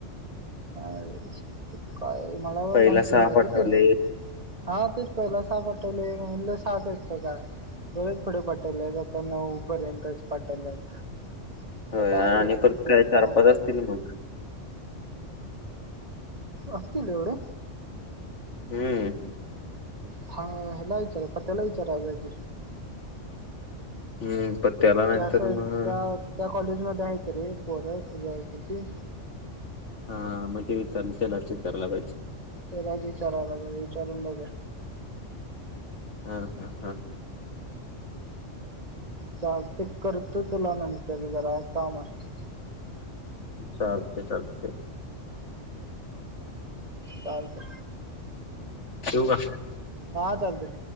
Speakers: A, on the right (about 35°); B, on the left (about 70°).
A: ह शपथ काय मला पण
B: पहिला
A: माहिती
B: सहा
A: नाही
B: पाठवले
A: रे ते हा तेच पहिला सहा पाठवले म्हंटलं सहाच आहेत का काय परत पुढे पाठवले आहेत आता नऊ पर्यंतच पाठवले आहेत आता
B: होय
A: काय
B: आणि परत
A: किती आहेत
B: चार
A: काय
B: पाच
A: माहिती
B: असतील मग.
A: असतील एवढे
B: हम्म
A: हा हेला विचार पत्याला विचाराय पाहिजे
B: हम्म पण त्याला नाहीतर
A: त्या साईड
B: मग
A: त्या कॉलेज मध्ये आहेत रे पोरं त्याच्या ओळखीची
B: हा मग ते विचार त्यालाच विचारायला पाहिजे
A: त्यालाच विचाराय पाहिजे विचारून बघूया
B: हम् हम् हम्
A: चालतंय करतो तुला नंतर जरा काम आहे
B: चालतय चालतय
A: चालतय
B: ठेऊ का
A: हा चालतय